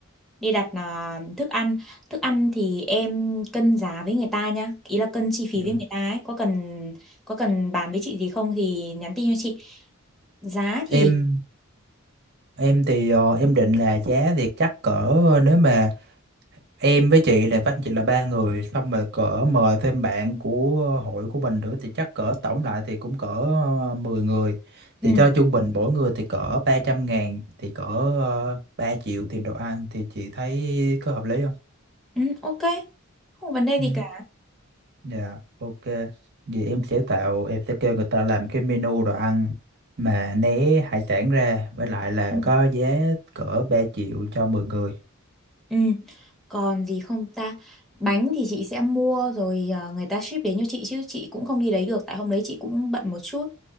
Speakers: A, in the centre; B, on the right.
A: đi đặt à, thức ăn thức ăn thì em cân giá với người ta nhá ý là cân chi phí
B: Dạ.
A: với người ta ấy có cần có cần bàn với chị gì không thì nhắn tin cho chị giá thì
B: Em em thì ờ, em định là giá thì chắc cỡ nếu mà em với chị này với anh chị là ba người xong rồi cỡ mời thêm bạn của hội của mình nữa thì chắc cỡ tổng lại thì cũng cỡ ờ, 10 người
A: ừ,
B: thì cho trung bình mỗi người thì cỡ ba trăm ngàn thì cỡ ờ, 3 triệu tiền đồ ăn thì chị thấy có hợp lý không?
A: ừ ok không có vấn đề
B: Ừ.
A: gì cả
B: Dạ ok vậy em sẽ tạo em sẽ kêu người ta làm cái menu đồ ăn mà né hải sản ra với lại là
A: ừ.
B: có giá cỡ 3 triệu cho mười người
A: ừ. còn gì không ta bánh thì chị sẽ mua rồi à, người ta ship đến cho chị chứ chị cũng không đi lấy được tại hôm đấy chị cũng bận một chút